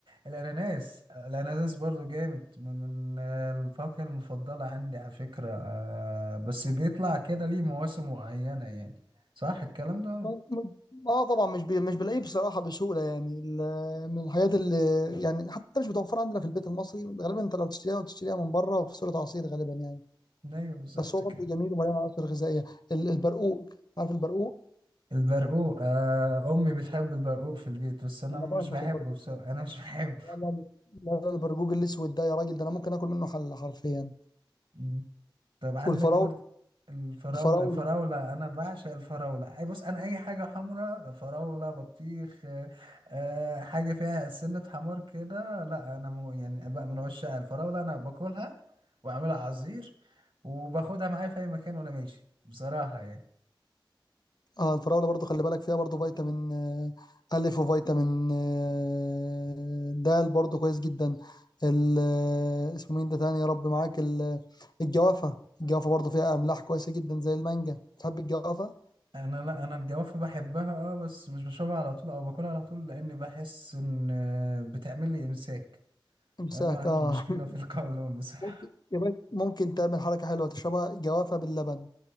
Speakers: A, on the right; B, on the left.
A: الاناناس الاناناس برضو جامد من من الفاكهة المفضلة عندي على فكرة آه، بس بيطلع كده ليه مواسم معينة يعني صح الكلام ده
B: م- اه طبعا مش بي... مش بلاقيه بصراحه بسهوله يعني ال- من الحاجات اللي يعني حتى مش متوفره عندنا في البيت المصري غالبا انت لو تشتريها وتشتريها من بره وفي صوره عصير غالبا يعني
A: ايوه بالظبط
B: بس هو برضه
A: كده
B: جميل ومليان عناصر غذائيه ال- البرقوق عارف البرقوق
A: البرقوق آه امي بتحب البرقوق في البيت بس انا
B: انا
A: مش
B: بعشق
A: بحبه
B: البرقوق
A: بصراحة انا مش بحبه
B: لا لا لا لا البرقوق الاسود ده يا راجل ده انا ممكن اكل منه حله حرفيا
A: مم. طب عندك
B: والفراوله
A: برضه الفراولة
B: الفراوله
A: الفراولة أنا بعشق الفراولة أي بص أنا أي حاجة حمرا فراولة بطيخ آه، آه، حاجة فيها سنة حمار كده لا أنا مو- يعني بقى من عشاق الفراولة أنا باكلها وأعملها عصير وباخدها معايا في أي مكان وأنا ماشي بصراحة يعني
B: اه الفراولة برضو خلي بالك فيها برضو فيتامين آه، ألف وفيتامين آه، د برضو كويس جدا ال- آه، اسمه مين ده تاني يا رب معاك ال- آه، الجوافة الجوافة برضو فيها أملاح كويسة جدا زي المانجا تحب الجوافة؟
A: أنا لا أنا الجوافة بحبها أه بس مش بشربها على طول أو باكلها على طول لأني بحس إن آه، بتعمل لي إمساك
B: امساك
A: أنا عندي
B: اه
A: مشكلة في القولون
B: <laughs>
A: بصراحة
B: ممكن يا باشا ممكن تعمل حركة حلوة تشربها جوافة باللبن